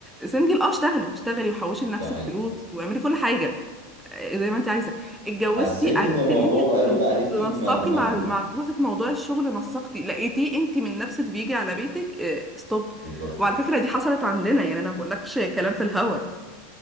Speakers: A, in the centre; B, on the right.
A: سنجل اه اشتغلي اشتغلي وحوشي لنفسك
B: ده حقيقي
A: فلوس واعملي كل حاجه آه، زي ما انت عايزه اتجوزتي
B: حسيت
A: عرفتي
B: ان الموضوع
A: ان انت
B: بقى لود عليكي
A: تنسقي
B: ما ما
A: مع مع جوزك موضوع الشغل نسقتي لقيتيه انت من نفسك بيجي على بيتك اه ستوب
B: بالظبط
A: وعلى فكره دي حصلت عندنا يعني انا ما بقولكش كلام في الهوا